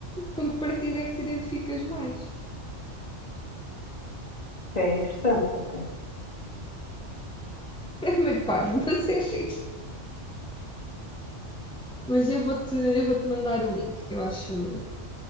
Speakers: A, in the centre; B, on the left.
A: com que partido é que te identificas mais.
B: É interessante, ok.
A: <laughs> É meio parvo, mas é giro. Mas eu vou-te eu vou-te mandar o link que eu acho,